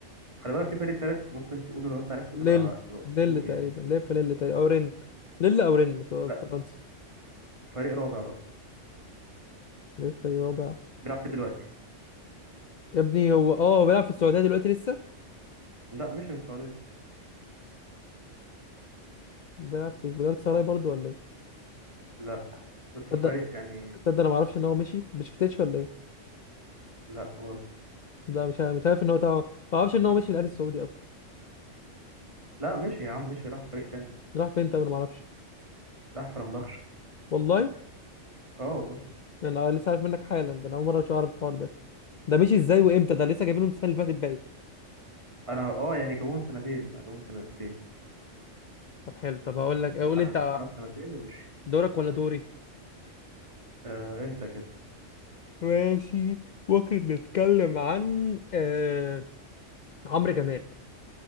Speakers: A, on the right (about 25°); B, on the left (about 70°).
A: خلي بالك في فريق تالت ممكن تقوله لو انت عرفته
B: ليل
A: تبقى تبقى
B: ليل
A: اسطوري
B: تقريبا
A: يعني
B: ليل في ليل تقريبا او رن ليل او رن في
A: لا
B: في فرنسا
A: فريق رابع بقى
B: ليل في رابع
A: بيلعب فيه دلوقتي
B: يا ابني هو اه هو بيلعب في السعوديه دلوقتي لسه
A: لا مشي من السعوديه
B: بيلعب في في جالاتا سراي برضه ولا ايه
A: لا بس
B: تصدق
A: فريق يعني
B: تصدق انا ما اعرفش ان هو مشي بشكتيتش ولا ايه
A: لا برضه
B: لا مش عارف مش عارف ان هو تع- ما اعرفش ان هو مشي من الاهلي السعودي اصلا
A: لا مشي يا عم مشي راح فريق تاني
B: راح فين طب انا ما اعرفش
A: راح فرنبخش
B: والله
A: اه والله
B: يعني انا لسه عارف منك حالا ده انا اول مره اعرف الحوار ده ده مشي ازاي وامتى ده لسه جايبينه من السنه اللي فاتت باين
A: انا اه يعني جابوهم سنتين لا، جابوهم سنتين
B: طب حلو طب هقول لك قول
A: قعد
B: انت
A: قعد سنتين ومشي
B: دورك ولا دوري
A: آه انت كده
B: ماشي ممكن نتكلم عن آه... عمرو جمال